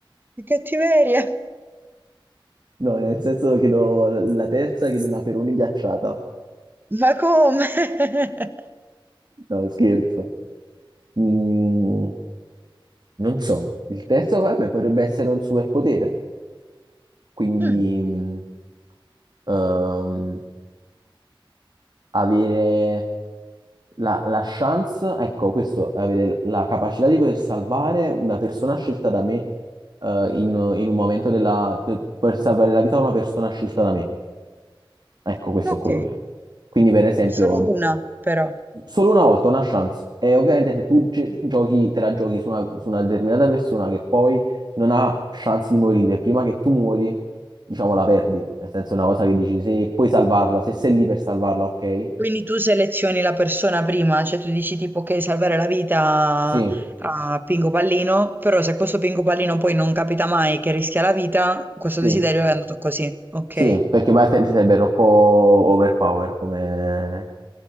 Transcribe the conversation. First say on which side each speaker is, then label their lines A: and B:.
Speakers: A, on the right; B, on the right.
A: Che cattiveria!
B: No, nel senso chiedo la terza, chiedo una Peroni ghiacciata.
A: Ma come? <laughs>
B: No, scherzo. Mm, non so. Il terzo, vabbè, potrebbe essere un superpotere. Quindi,
A: Mm,
B: mm, ehm, avere La, la chance, ecco, questo, avere la capacità di poter salvare una persona scelta da me, eh, in, in un momento della... per, per salvare la vita a una persona scelta da me. Ecco, questo
A: ok,
B: è quello che... Quindi, per esempio,
A: sono una però.
B: solo una volta una chance. E ovviamente se tu ge- giochi, te la giochi su una, su una determinata persona che poi non ha chance di morire, prima che tu muori, diciamo, la perdi. Nel senso, è una cosa che dici, se puoi salvarla, se sei lì per salvarla, ok?
A: Quindi tu selezioni la persona prima, cioè tu dici tipo che salvare la vita
B: Sì,
A: a Pinco Pallino, però se questo Pinco Pallino poi non capita mai che rischia la vita, questo
B: sì.
A: desiderio è andato così. Ok.
B: Sì, perché Bartent sarebbe troppo overpower come...